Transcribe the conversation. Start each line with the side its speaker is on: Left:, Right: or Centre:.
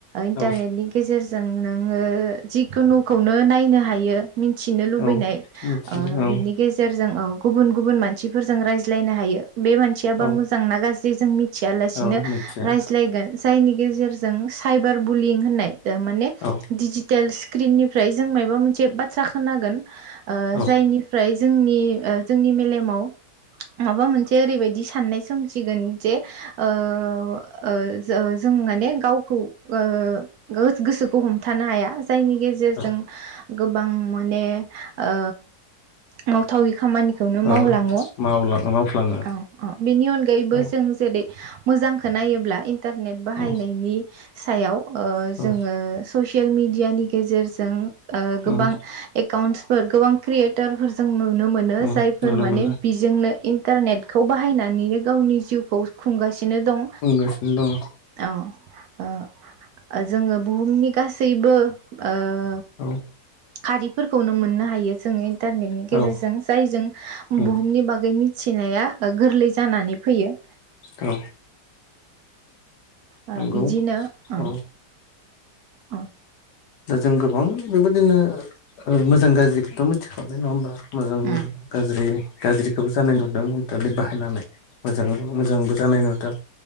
Right: इन्टारनेटनि
Left: औ
Right: गेजेरजों जों नोङो जिखुनुखौनो नायनो हायो मिनथि नो लुबैनाय
Left: औ मिथिदों
Right: ओ बिनि गेजेरजों गुबुन गुबुन मानसिफोरजों रायज्लायनो हायो। बे मानसियाबा
Left: औ
Right: मोजांना गाज्रि जों मिथिया लासिनो
Left: औ मिथिया
Right: रायज्लायगोन जायनि गेजेरजों सायबार बुलिं होननाय माने
Left: औ
Right: डिजिटेल स्क्रिननिफ्राय जों मबा मोनसे बाथ्रा खोनागोन ओ
Left: औ
Right: जायनिफ्राय जोंनि ओ जोंनि मेलेमाव माबा मोनसे ओरैबायदि साननाय सोमजिगोन जे ओ ओ जो-जो माने गाव खौ ओ गोसोखौ हमथानो हाया जायनि गेजेरजों
Left: औ
Right: गोबां माने ओ मावथावै खामानि खौनो मावलाङो
Left: औ मावला मावफ्लाङो
Right: औ औ बेनि अनगायैबो
Left: औ
Right: जों जेरै मोजांखो नायोब्ला इन्टारनेट बाहायनायनि
Left: औ
Right: सायाव ओ जोङो
Left: औ
Right: ससियेल मिडियानि गेजेरजों ओ गोबां
Left: उम
Right: एकाउन्टसफोर गोबां क्रियेटारफोरजों नुनो मोनो
Left: उम
Right: जायफोर
Left: नुनो
Right: माने
Left: मोनला
Right: बिजोंनो इन्टारनेटखौ बाहायनानैनो गावनि जिउखौ खुंगासि बिदिनो दं
Left: बुंगासिनो दङ
Right: ओ औ ओ जोङो बुहुमनि गासैबो ओ
Left: औ
Right: खारिफोरखौनो मोननो हायो जोङो इन्टारनेटनि
Left: औ
Right: गेजेरजों जायजों
Left: औ
Right: बुहुमनि बागै मिथिनाया गोरलै जानानै फैयो
Left: औ
Right: ओ
Left: नंगौ
Right: बिदिनो ओ
Left: औ
Right: ओ।
Left: दा जों गोबां बेबायदिनो मोजां गाज्रिखौथ मिथिखाबाय नङा होमबा? मोजां
Right: उम
Left: गाज्रि गाज्रिखौबो जानाय नुदों इन्टारनेट बाहायनानै मोजां मोजांबो जानाय नुदों